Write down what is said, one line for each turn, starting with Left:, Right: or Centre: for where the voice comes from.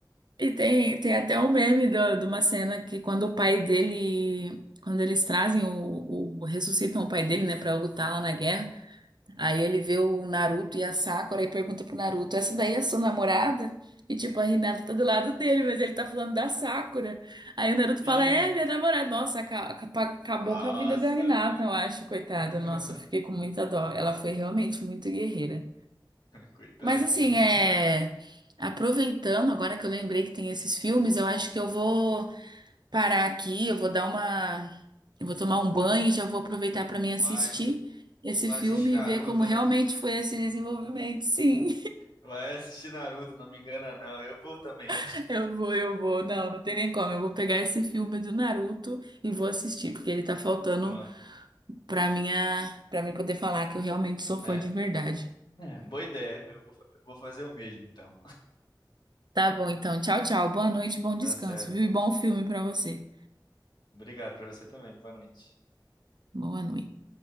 Right: E tem, tem até um meme do- de uma cena que quando o pai dele. Quando eles trazem o, o- ressuscitam o pai dele, né, pra lutar lá na guerra. Aí ele vê o Naruto e a Sakura e pergunta pro Naruto: Essa daí é sua namorada? E tipo, a Hinata tá do lado dele, mas ele tá falando da Sakura. Aí o Naruto
Left: Sim!
Right: fala: É, minha namorada. Nossa, aca- aca- acabou
Left: Nossa,
Right: com a vida da Hinata,
Left: mano.
Right: eu acho, coitada.
Left: <laughs>
Right: Nossa, eu fiquei com muita dó. Ela foi realmente muito guerreira.
Left: Coitadinha.
Right: Mas assim, é. Aproveitando, agora que eu lembrei que tem esses filmes, eu acho que eu vou parar aqui, eu vou dar uma, eu vou tomar um banho e já vou aproveitar para mim assistir
Left: Vai,
Right: esse
Left: vai
Right: filme
Left: assistir Naruto,
Right: e ver como realmente
Left: né?
Right: foi esse desenvolvimento. Sim,
Left: Vai assistir Naruto, não me engana não. Eu vou também.
Right: <laughs>
Left: <laughs>
Right: eu vou, eu vou. Não, não tem nem como. Eu vou pegar esse filme do Naruto e vou assistir, porque ele tá faltando
Left: Ah, Pronto,
Right: para minha, para mim poder falar que eu realmente sou
Left: né?
Right: fã de verdade.
Left: Pô, É, boa ideia. Eu vou, fa- vou fazer o mesmo então.
Right: Tá bom, então. Tchau, tchau. Boa noite, bom descanso,
Left: Tá certo.
Right: viu? E bom filme para você.
Left: Obrigado pra você também. Boa noite.
Right: Boa noite.